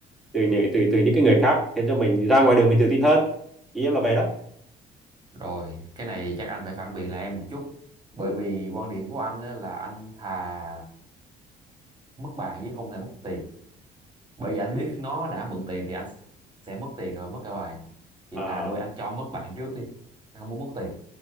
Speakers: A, in the centre; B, on the right.
A: từ những từ từ những cái người khác khiến cho mình ra ngoài đường mình tự tin hơn ý em là vậy đó
B: rồi cái này chắc anh phải phản biện lại em một chút bởi
A: ừ.
B: vì quan điểm của anh á, là anh thà mất bài chứ không thể mất tiền bởi vì anh biết nó đã mượn tiền thì anh sẽ mất tiền rồi mất cả bạn thì
A: à,
B: thà lui anh cho mất bạn trước đi anh không muốn mất tiền